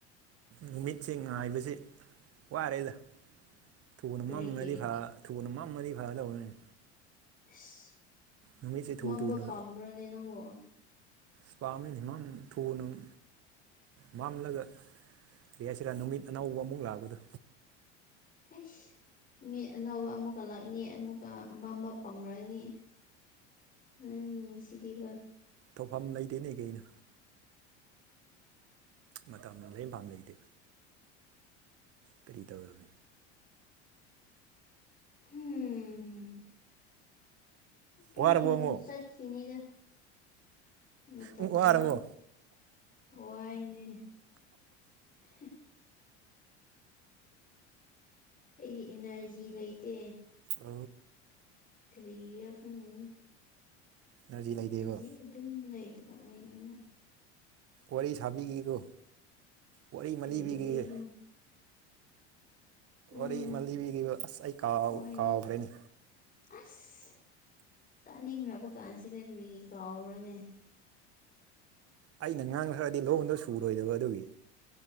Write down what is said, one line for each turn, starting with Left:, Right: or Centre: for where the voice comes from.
Right: ꯅꯨꯃꯤꯠꯁꯦ ꯉꯥꯏꯕꯕꯁꯤꯦ ꯋꯥꯔꯦꯗ ꯊꯨꯅ
Left: ꯀꯔꯤꯒꯤ
Right: ꯃꯝꯃꯉꯗꯤ ꯈꯔ ꯊꯨꯅ ꯃꯥꯡꯅꯗꯤ ꯐꯔꯒꯗꯧꯔꯅꯤ
Left: ꯑꯁ
Right: ꯅꯨꯃꯤꯠꯁꯦ ꯊꯨ
Left: ꯃꯝꯕ
Right: ꯊꯨꯅ
Left: ꯄꯥꯝꯕ꯭ꯔꯅꯦ ꯅꯪꯕꯨꯣ
Right: ꯁ꯭ꯃꯤꯍꯤꯃꯝ ꯊꯨꯅꯨꯨꯝ ꯃꯝꯂꯒ ꯀꯔꯤ ꯍꯥꯏꯁꯤꯔꯥ ꯅꯨꯃꯤꯠ ꯑꯅꯧꯕ ꯑꯃꯨꯛ ꯂꯥꯛꯕꯗꯣ
Left: ꯑꯩꯁ ꯃꯤ ꯑꯅꯧꯕ ꯑꯃꯨꯛꯀ ꯂꯥꯛꯅꯤ ꯑꯃꯨꯛꯀ ꯑꯃꯝꯕ ꯄꯝꯔꯅꯤ ꯅꯪ ꯅꯨꯡꯁꯤꯗꯤꯕ
Right: ꯇꯧꯐꯝ ꯂꯩꯇꯦ ꯂꯩ ꯀꯩꯅ ꯃꯇꯝ ꯂ ꯄꯥꯝ ꯂꯩꯇꯦ ꯀꯔꯤ ꯇꯧꯔꯨꯅꯤ
Left: ꯎꯝ ꯑꯗꯨꯝ
Right: ꯋꯥꯔꯕꯣ ꯑꯃꯨꯛ
Left: ꯆꯠꯈꯤꯅꯤꯗ ꯃꯇꯝꯗꯨ
Right: ꯎꯝ ꯋꯥꯔꯕꯣ
Left: ꯋꯥꯏꯅꯦ <unintelligible> ꯑꯩꯒꯤ ꯏꯅꯔꯖꯤ ꯂꯩꯇꯦ
Right: ꯑ
Left: ꯀꯔꯤꯔꯥ ꯈꯪꯗꯦꯅ
Right: ꯏꯅꯔꯖꯤ ꯂꯩꯇꯦꯕ
Left: ꯏꯁꯤ ꯑꯗꯨꯝ ꯂꯩꯗꯕ ꯑꯩꯉꯣꯟꯗ
Right: ꯋꯥꯔꯤ ꯁꯥꯕꯤꯈꯤꯒꯣ ꯋꯥꯔꯤ ꯃꯜꯂꯤꯕꯤꯈꯤꯒꯦ
Left: ꯀꯔꯤ ꯋꯥꯔꯤꯅꯣ ꯎꯝ
Right: ꯋꯥꯔꯤ ꯃꯂꯤꯕꯤꯈꯤꯕ ꯑꯁ ꯑꯩ ꯀꯥꯎ
Left: ꯍꯣꯏꯅꯦ
Right: ꯀꯥꯎꯈ꯭ꯔꯦꯅꯦ
Left: ꯑꯁ ꯇꯥꯅꯤꯡꯕ ꯀꯥꯟꯁꯤꯗ ꯀꯔꯤ ꯀꯥꯎꯕ꯭ꯔꯅꯦ
Right: ꯑꯩꯅ ꯉꯥꯡꯈ꯭ꯔꯗꯤ ꯂꯣꯟꯗꯣ ꯁꯨꯔꯣꯏꯗꯕ ꯑꯗꯨꯒꯤ